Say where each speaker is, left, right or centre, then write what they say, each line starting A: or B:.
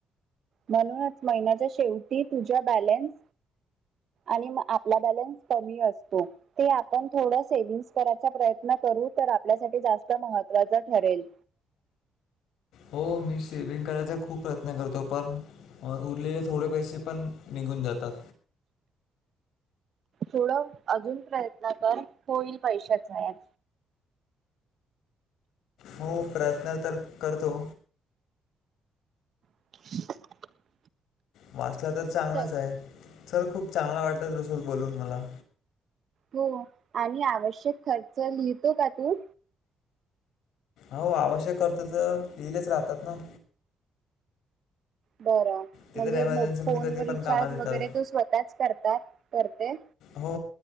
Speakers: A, on the right (about 55°); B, on the left (about 85°).
A: म्हणूनच महिन्याच्या शेवटी तुझ्या बॅलेन्स आणि मग आपला बॅलेन्स कमी असतो ते आपण थोड सेवंग कराचा प्रयत्न करू तर आपल्यासाठी जास्त महत्वाच ठरेल.
B: हो मी शेविंग करायचा खूप प्रयत्न करतो पण उरलेले थोडे पैसे पण निघून जातात.
A: थोडं अजून प्रयत्न कर होईल पैशाचा याज
B: हो प्रयत्न तर करतो
A: <unintelligible>
B: वाचला तर चांगलाच
A: चल
B: आहे चल खूप चांगला वाटलाच बस बोलून मला.
A: हो, आणि आवश्यक खर्च लिहितो का तू?
B: हो आवश्यक करत तर लिहिलेच राहतात ना.
A: बरं
B: ते
A: म्हणजे
B: तर एमर्जन्सीमध्ये
A: मो फोनवर
B: कधी पण
A: रिचार्ज
B: कामात येतात
A: वगैरे तो स्वतःच करतात करते?
B: हो